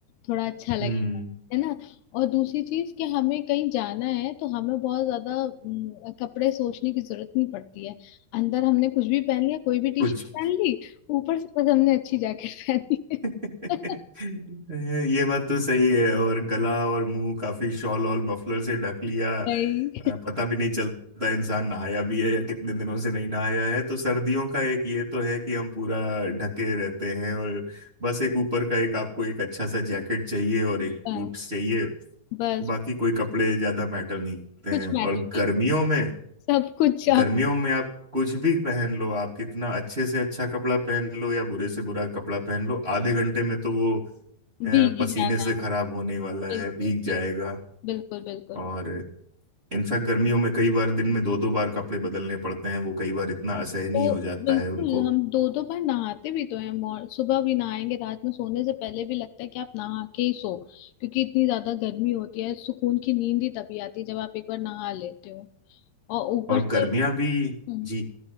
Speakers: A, on the left (about 80°); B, on the right (about 20°).
A: थोड़ा अच्छा लगेगा
B: हम्म
A: है ना और दूसरी चीज कि हमें कहीं जाना है तो हमें बहुत ज्यादा हम्म, कपड़े सोचने की जरूरत नहीं पड़ती है अंदर हमने कुछ भी पहन लिया कोई भी टी
B: कुछ
A: शर्ट पहन ली ऊपर से बस हमने अच्छी जैकेट पहनी है
B: <laughs>
A: <laughs>
B: ये बात तो सही है और गला और मुंह काफी शॉल और मफलर से ढक लिया
A: नहीं
B: अ, पता भी नहीं चलता इंसान नहाया भी है या कितने दिनों से नहीं नहाया है तो सर्दियों का एक ये तो है कि हम पूरा ढके रहते हैं और बस एक ऊपर का एक आपको एक अच्छा सा जैकेट चाहिए और एक
A: नहीं,
B: बूट्स चाहिए
A: बस
B: बाकी
A: बस
B: कोई कपड़े ज्यादा मैटर नहीं करते
A: कुछ
B: हैं और
A: मैटर नहीं
B: गर्मियों में
A: सब कुछ
B: गर्मियों
A: आप
B: में आप कुछ भी पहन लो आप कितना अच्छे से अच्छा कपड़ा पहन लो या बुरे से बुरा कपड़ा पहन लो आधे घंटे में तो वो अ,
A: भीगी
B: पसीने
A: <laughs> जाना
B: से
A: है
B: खराब होने वाला
A: बिल्कुल
B: है भीग जाएगा
A: बिल्कुल बिल्कुल बिल्कुल
B: और इनफैक्ट गर्मियों में कई बार दिन में दो दो बार कपड़े बदलने पड़ते हैं वो कई बार इतना असहनीय
A: तो
B: हो जाता
A: बिल्कुल
B: है उनको
A: हम दो दो बार नहाते भी तो हैं मॉर सुबह भी नहाएंगे रात में सोने से पहले भी लगता है कि आप नहा के ही सो क्योंकि इतनी ज्यादा गर्मी होती है सुकून की नींद ही तभी आती है जब आप एक बार नहा लेते हो और ऊपर
B: और
A: से
B: गर्मियां भी
A: हम्म।
B: जी